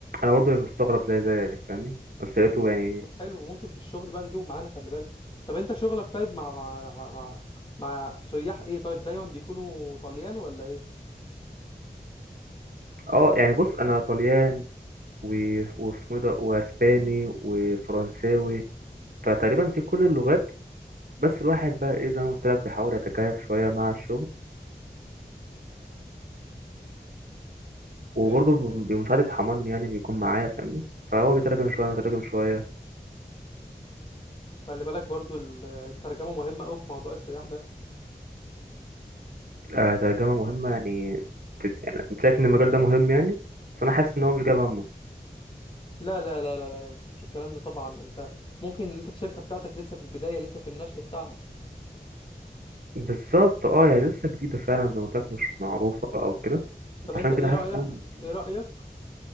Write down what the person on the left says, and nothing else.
طب حلو ممكن في الشغل بقى نجيبه معانا خلي بالك طب انت شغلك طيب مع مع مع مع, مع سياح ايه طيب دايما بيكونوا طليان ولا ايه
فهمت
فهمت.
خلي بالك برضو ال- الترجمه مهمه قوي في موضوع السياح ده
مش
لا لا لا لا لا لا مش الكلام ده طبعا انت ممكن انت الشركه بتاعتك لسه في البدايه لسه في النشء بتاعها
طب
انت ايه
رايك
ايه رايك